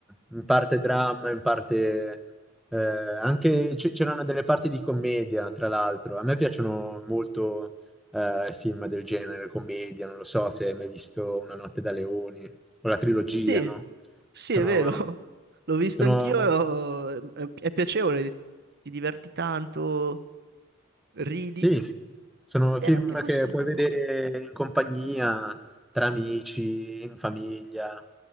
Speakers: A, in the centre; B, on the right (about 55°).
A: in parte dramma, in parte eh, anche c- c'erano delle parti di commedia, tra l'altro. A me piacciono molto eh, film del genere, commedia, non lo so se hai mai visto Una notte da leoni o la trilogia,
B: Sì,
A: no?
B: sì,
A: Sono,
B: è vero, <laughs> l'ho visto
A: sono
B: anch'io, eh, è, è piacevole, ti diverti tanto, ridi,
A: Sì, sì. sono
B: e
A: film
B: anche quest'ultimo
A: che puoi vedere
B: film.
A: in compagnia, tra amici, in famiglia,